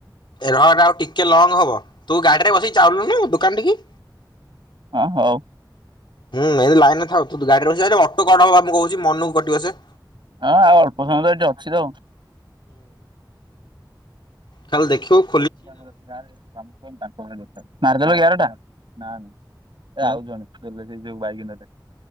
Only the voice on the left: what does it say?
ରହ ଟା ଆଉ ଟିକେ ଲଙ୍ଗ ହବ ତୁ ଗାଡିରେ ବସିକି ଚାଲଲୁୁ ଦୋକାନ ଟିକ
ହୁଁ ଏ ଲାଇନ ତ ଗାଡିରେ ର ଅଟୋ କ ହବା ମୁଁ କହୁଛି ମନକୁ କଟିବ ସେ
ଖଲ ଦେଖିଓ <inaudible>